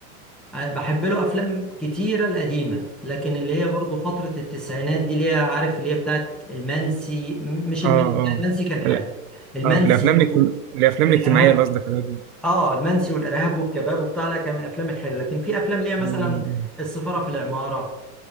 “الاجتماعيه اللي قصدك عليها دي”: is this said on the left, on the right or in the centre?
Right